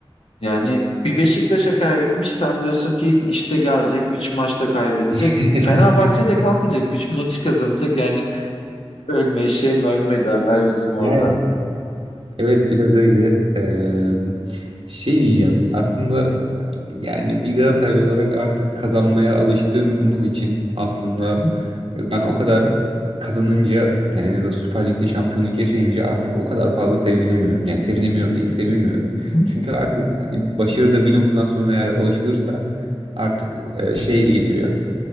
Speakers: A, on the left; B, on the right.
A: Yani bir Beşiktaş'a kaybetmiş. Sen diyorsun ki işte gelecek 3 maçta kaybedecek.
B: <laughs>
A: Fenerbahçe de kalkacak 3 maçı kazanacak. Yani ölme eşeğim ölme derler bizim orada.
B: Yani Evet biraz öyle. Eee, şey diyeceğim. Aslında yani bir Galatasaraylı olarak artık kazanmaya alıştığımız için aslında
A: Hı hı.
B: ben o kadar kazanınca yani en azından Süper Lig'de şampiyonluk yaşayınca artık o kadar fazla sevinemiyorum. Yani sevinemiyorum değil, sevinmiyorum.
A: Hı hı.
B: Çünkü artık hani başarı da bir noktadan sonra eğer alışılırsa artık e, şey getiriyor.